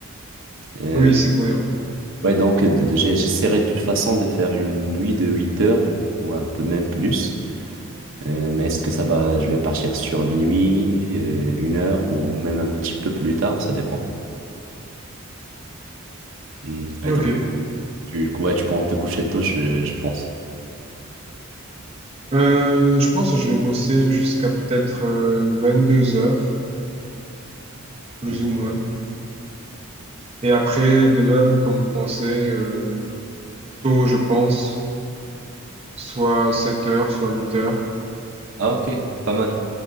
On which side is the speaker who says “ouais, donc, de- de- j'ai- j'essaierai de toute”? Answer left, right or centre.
Right